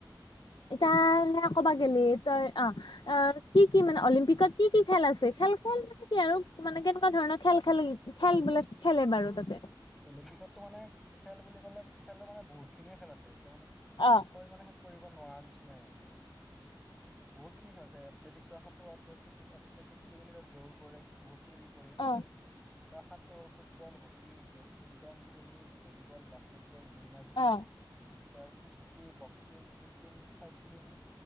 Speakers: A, on the left (about 65°); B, in the centre.
A: এতিয়া সেয়া
B: এ
A: ক'বা গলি তই অ' অ 'কি, কি মানে অলিম্পিকত কি, কি খেল আছে খেলখন কি কি আৰু মানে কেনেকুৱা ধৰণৰ খেল খেল খেল বোলে খেলে বাৰু তাতে।
B: অলিম্পিকতো মানে খেল বুলি ক'লে খেলৰ মানে বহুত খিনিয়ে খেল আছে। এতিয়া মানে
A: অ'
B: পৰিমাণে শেষ কৰিব নোৱাৰা নিচিনাই। বহুত খিনি খেল আছে। এথলেটিক্ছৰ হাতৰ আছে ফুট এথলেটিক বুলি ক'লে দৌৰ পৰে বহুত কিবা কিবি।
A: অ
B: সাঁতৰ, football, hockey, badminton, tennis, volleyball, basketball, জিমনাষ্টিক,
A: অ
B: তাৰ কুস্তি, বক্সিং, শ্বুটিং, চাইক্লিং।